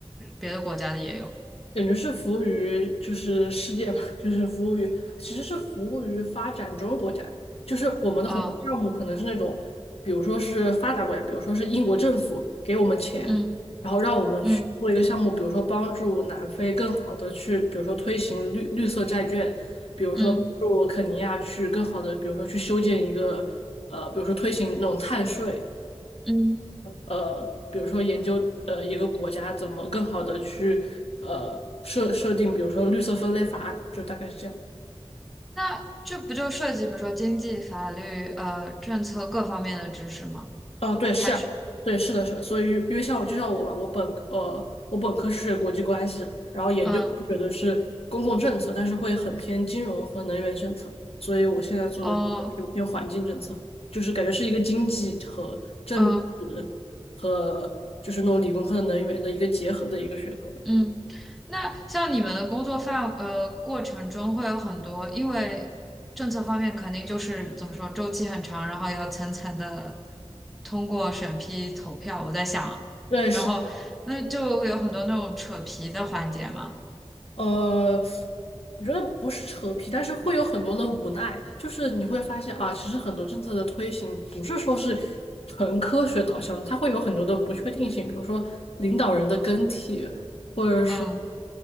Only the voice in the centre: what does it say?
别的国家的也有？
哦，
嗯
嗯
嗯
嗯，
那这不就涉及比如说经济、法律、呃政策各方面的知识吗？
还是
嗯
哦
嗯。
嗯，那像你们的工作范呃过程中会有很多，因为政策方面肯定就是怎么说周期很长，然后要层层的通过审批投票。我在想，
然后那就会有很多那种扯皮的环节嘛。
嗯